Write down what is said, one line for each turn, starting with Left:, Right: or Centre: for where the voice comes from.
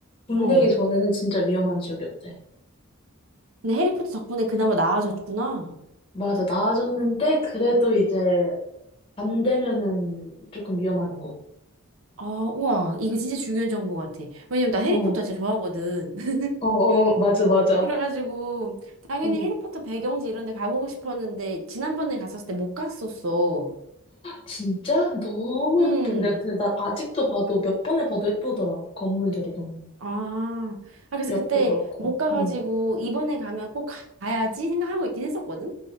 Left: 붐되기
Right: 어.
Left: 전에는 진짜 위험한 지역이었대.
Right: 근데 해리포터 덕분에 그나마 나아졌구나.
Left: 맞아, 나아졌는데 그래도 이제 밤 되면은 조금 위험한 곳.
Right: 아, 우와. 이거 진짜 중요한 정보 같아. 왜냐면 나 해리포터
Left: 어,
Right: 진짜 좋아하거든. <laughs>
Left: 어, 어, 맞아, 맞아.
Right: 그래가지고, 당연히
Left: 응.
Right: 해리포터 배경지 이런 데 가보고 싶었는데, 지난번에 갔었을 때 못 갔었어.
Left: 진짜? 너무
Right: 음.
Left: 예쁜데. 근데 난 아직도 봐도 몇 번에 봐도 예쁘더라. 건물들이 너무.
Right: 아. 아, 그래서
Left: 역도
Right: 그때
Left: 그렇고.
Right: 못 가가지고,
Left: 응.
Right: 이번에 가면 꼭 가야지 생각하고 있긴 했었거든?